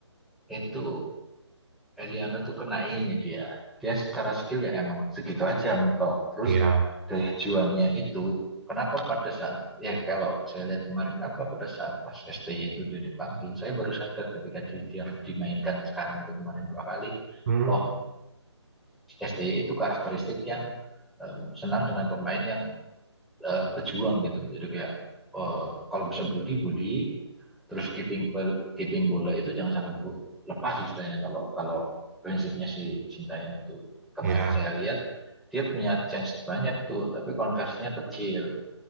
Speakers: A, in the centre; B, on the right (about 35°).
A: itu Eliano tuh kena ini dia. Dia secara skill ya emang segitu aja mentok. Terus
B: ya
A: daya juangnya itu kenapa pada saat ya kalau saya lihat kemarin kenapa pada saat pas STY itu dia dipanggil, saya baru sadar ketika dia, dia dimainkan sekarang itu kemarin dua kali.
B: hmm
A: Oh, STY itu karakteristik yang em, senang dengan pemain yang eh, pejuang gitu. Jadi kayak eh, kalau bisa body body terus keeping bal- keeping bola itu jangan sampai bu- lepas istilahnya kalau kalau prinsipnya si Sintayong tuh. Kemarin
B: ya
A: saya lihat dia punya chance banyak tuh, tapi konversinya kecil.